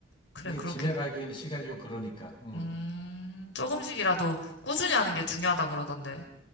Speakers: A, on the left; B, on the left.
A: 그래,
B: 이게
A: 그렇게,
B: 짐에 가기에는 시간이 좀 그러니까. 음.
A: 음, 조금씩이라도 꾸준히 하는 게 중요하다 그러던데.